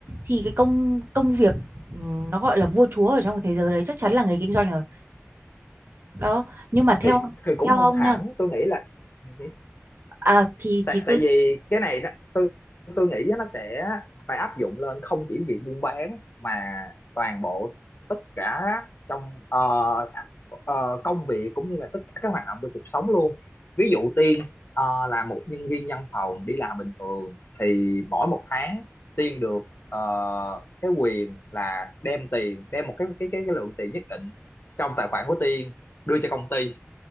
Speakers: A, on the right (about 50°); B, on the left (about 45°).
A: thì cái công công việc ừm, nó gọi là vua chúa ở trong cái thế giới đấy chắc chắn là người kinh doanh rồi đó nhưng mà theo
B: thì thì cũng
A: theo
B: không
A: ông
B: hẳn
A: nha
B: tôi nghĩ là ừ hử.
A: à thì
B: tại
A: thì
B: tại
A: tôi
B: vì cái này đó tôi tôi nghĩ á, nó sẽ phải áp dụng lên không chỉ việc buôn bán mà toàn bộ tất cả trong ờ, ờ, công việc cũng như là tất cả các hoạt động trong cuộc sống luôn ví dụ Tiên ờ, là một nhân viên văn phòng đi làm bình thường thì mỗi một tháng Tiên được ờ, cái quyền là đem tiền đem một cái cái cái, cái lượng tiền nhất định trong tài khoản của Tiên đưa cho công ty